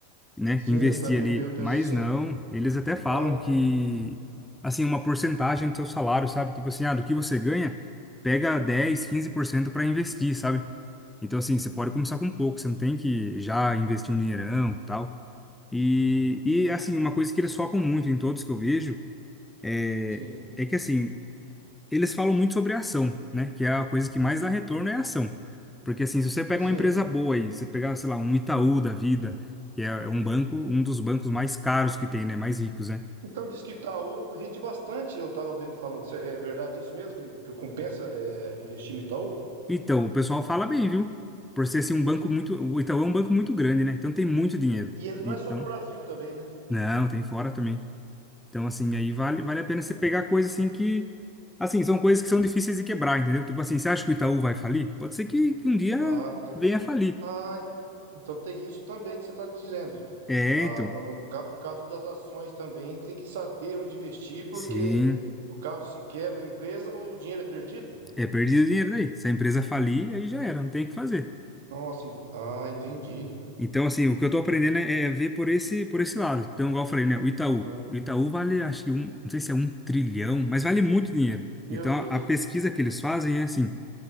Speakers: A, in the centre; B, on the right (about 55°).
A: né,
B: sim,
A: que investir
B: eu também
A: ali,
B: pe- penso
A: mas não,
B: assim.
A: eles até falam
B: Ah, então,
A: que, assim, uma porcentagem do seu salário, sabe? Tipo assim, ah, do que você ganha, pega dez, quinze por cento para investir, sabe? Então, assim, você pode começar com pouco, você não tem que já investir um dinheirão, tal. E, e assim, uma coisa que eles focam muito em todos que eu vejo é,
B: sim,
A: é que, assim, eles falam muito sobre ação, né? Que é a coisa que mais dá retorno é a ação. Porque assim, se você pega
B: sim.
A: uma empresa boa aí, você pegar, sei lá, um Itaú da vida, que é um banco, um dos bancos mais caros que tem, né? Mais ricos, né?
B: Então diz que Itaú rende bastante, eu estava vendo falando, se é é verdade isso mesmo, que, que compensa é, investir no Itaú?
A: Então, o pessoal fala bem, viu? Por ser assim um banco muito, o Itaú é um banco muito grande, né? Então tem muito dinheiro.
B: E ele
A: Então,
B: não é só do Brasil também, né?
A: não, tem fora também. Então, assim, aí vale, vale a pena você pegar coisa assim que Assim, são coisas que são difíceis de quebrar, entendeu? Tipo assim, você acha que o Itaú vai falir? Pode ser que, que um dia
B: Ah, tá.
A: venha a falir.
B: Ah, então tem isso também que você está dizendo.
A: É,
B: Ah,
A: então.
B: no, no ca- no caso das ações também tem que saber onde investir, porque
A: Sim.
B: no caso se quebra a empresa, o dinheiro é perdido.
A: É, perdi o dinheiro daí. Se a empresa falir, aí já era, não tem o que fazer.
B: Nossa, en- ah, entendi.
A: Então, assim, o que eu tô aprendendo é, é ver por esse, por esse lado. Então, igual eu falei, né? O Itaú.
B: Ah,
A: O Itaú vale, acho que um, não sei se é um trilhão, mas vale muito dinheiro.
B: meu
A: Então,
B: Deus.
A: a, a pesquisa que eles fazem é assim: